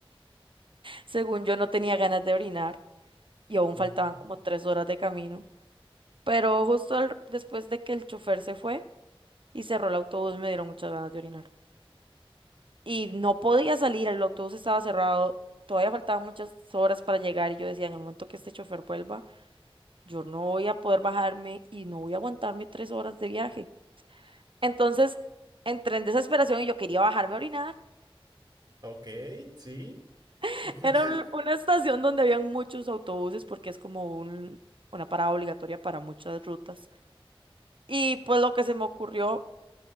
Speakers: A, on the right; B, on the right.
A: según yo, no tenía ganas de orinar y aún
B: Ujú.
A: faltaban como tres horas de camino. Pero justo al- después de que el chofer se fue y cerró el autobús, me dieron muchas ganas de orinar. y no podía salir, el autobús estaba cerrado, todavía faltaban muchas horas para llegar y yo decía, en el momento que este chofer vuelva, yo no voy a poder bajarme y no voy a aguantarme tres horas de viaje. Entonces, entré en desesperación y yo quería bajarme a orinar.
B: Ok, sí.
A: <laughs>
B: <laughs>
A: Era un- una estación donde habían muchos autobuses porque es como un, una parada obligatoria para muchas rutas. Y pues lo que se me ocurrió